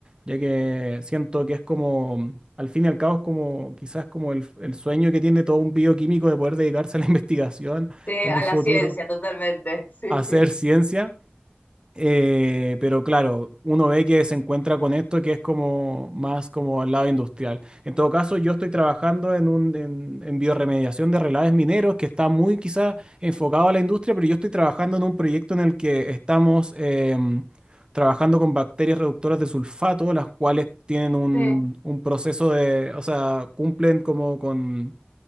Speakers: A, on the right (about 25°); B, on the left (about 45°).
A: ya que siento que es como, al fin y al cabo, es como quizás como el, el sueño que tiene todo un bioquímico de poder dedicarse a la <laughs> investigación
B: Sí,
A: en
B: a
A: un futuro,
B: la ciencia, totalmente, <laughs> sí.
A: a hacer ciencia. Eh, pero claro, uno ve que se encuentra con esto que es como más como al lado industrial. En todo caso, yo estoy trabajando en un en, en biorremediación de relaves mineros que está muy quizá enfocado a la industria, pero yo estoy trabajando en un proyecto en el que estamos em, trabajando con bacterias reductoras de sulfato, las cuales tienen un,
B: Sí,
A: un proceso de, o sea, cumplen como con